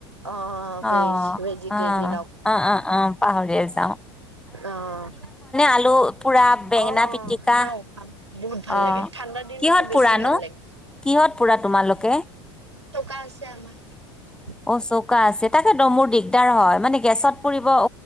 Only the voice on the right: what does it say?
অ'
ভেজ ভেজিটেৰিয়ান
অঁ
অঁ
অঁ খাওঁ খাম বহুত ভাল
লাগে। ঠাণ্ডাৰ দিনততো
বছি
ভাল লাগে।
থকা আছে আমাৰ।